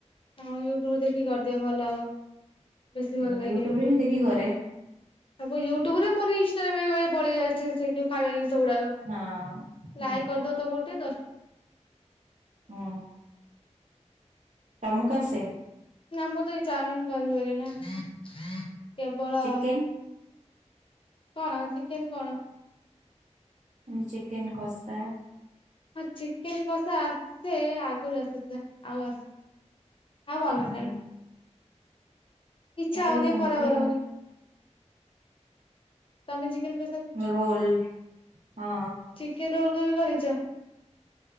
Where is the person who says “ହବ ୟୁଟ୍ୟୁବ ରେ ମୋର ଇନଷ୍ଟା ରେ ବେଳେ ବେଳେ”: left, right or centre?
Left